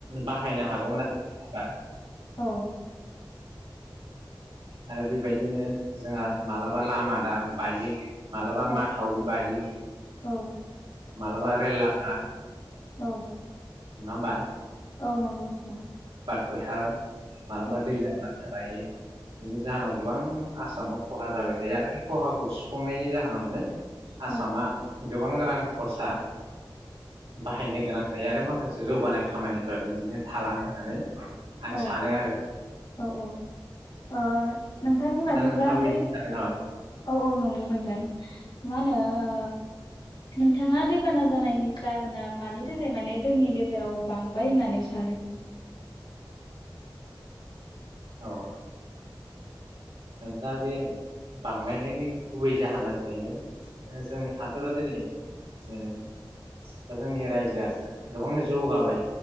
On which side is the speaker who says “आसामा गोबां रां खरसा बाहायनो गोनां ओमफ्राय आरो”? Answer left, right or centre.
Right